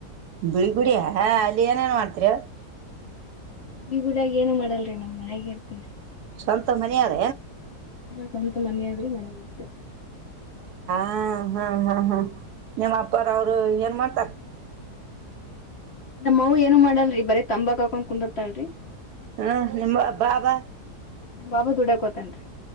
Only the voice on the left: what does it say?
ಈಗೂಡಾಗ ಏನು ಮಾಡಲ್ರಿ ನಮ್ ಮನೆಗ ಇರ್ತಿರಿ
ಹ ಸ್ವಂತ ಮನಾದ್ರಿ ಮನಾಗ
ನಮ್ಮ್ ಅವು ಏನು ಮಾಡಲ್ರಿ ಬರೀ ತಂಬಾ ಹಾಕೊಂಡ್ ಕುಂದಿರ್ತಾಲ್ರರಿ
ನಮ್ ಬಾಬಾ ದುಡಕೋತೇನ್ರಿ